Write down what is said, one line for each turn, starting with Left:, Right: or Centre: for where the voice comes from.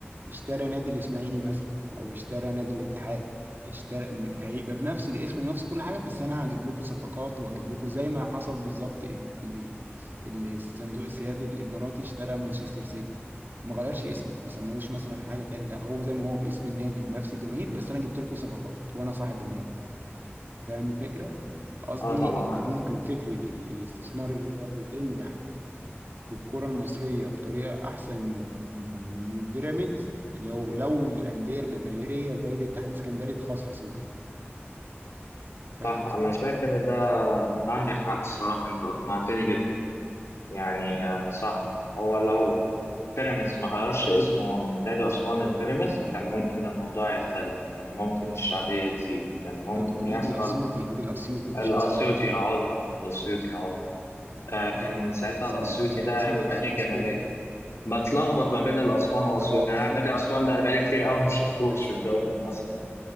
Right: اشترى نادي الاسماعيلي مثلا او اشترى نادي الاتحاد اشترى م- هيبقى بنفس الاسم ونفس كل حاجه بس انا هجيب لكم صفقات وهجيب لكم زي ما حصل بالظبط اللي اللي الصندوق السيادي الاماراتي اشترى مانشستر سيتي ما غيرش اسمه ما سموهوش مثلا حاجه تاني لا هو زي ما هو باسم النادي بنفس الجماهير بس انا جبت لكم صفقات وانا صاحب النادي فاهم الفكره قصدي
Left: اه طبعا
Right: اللي ممكن فكره ال- الاستثمار اللي هو بتنجح في الكرة المصرية بطريقة أحسن من بيراميدز لو لو الأندية الجماهيرية زي الاتحاد السكندري تخصخصوا كده فاهم
Left: صح
Right: قصدي؟
Left: انا شايف ان ده انت عندك حق الصراحه انت اقنعتني جدا يعني آه، صح هو لو
Right: مهم.
Left: بيراميدز ما غيرش اسمه من نادي أسوان لبيراميدز كان ممكن الموضوع يختلف كان ممكن الشعبية تزيد كان ممكن
Right: اه
Left: يحصل
Right: نادي الأسيوطي نادي الأسيوطي مش
Left: الأسيوطي
Right: أسوان
Left: عذرا الأسيوطي عذرا
Right: اه
Left: آه كان
Right: آه،
Left: ساعتها
Right: اسمه
Left: الأسيوطي
Right: كان اسمه
Left: ده بيبقى
Right: الأسيوطي
Left: ليه جماهيرية
Right: سبورت
Left: بتلخبط ما بين الأسوان والأسيوطي
Right: اه بس
Left: يعني نادي أسوان ده أنا بقالي كتير أوي ما شفتوش
Right: بس
Left: في الدوري المصري